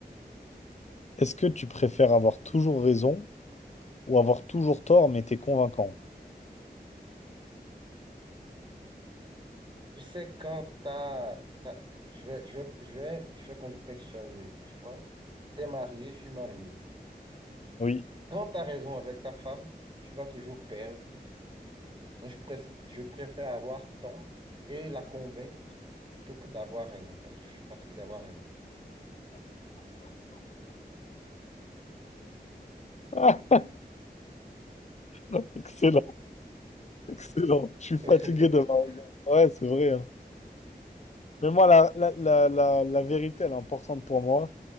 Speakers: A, on the left (about 45°); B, on the right (about 30°).
A: Est-ce que tu préfères avoir toujours raison ou avoir toujours tort, mais t'es convaincant?
B: Tu sais, quand t'as, t'as- je vais, je vais, je vais, je vais contextualiser, tu vois. T'es marié, je suis marié.
A: Oui.
B: Quand tu as raison avec ta femme, tu vas toujours perdre. Donc, je, pré- je préfère avoir tort et la convaincre plutôt que d'avoir raison, parce que je suis fatigué d'avoir raison.
A: <laughs> <laughs> Excellent, excellent. Je suis
B: <laughs>
A: fatigué de la raison. Ouais, c'est vrai. hein. Mais moi, la, la, la, la, la vérité, elle est importante pour moi.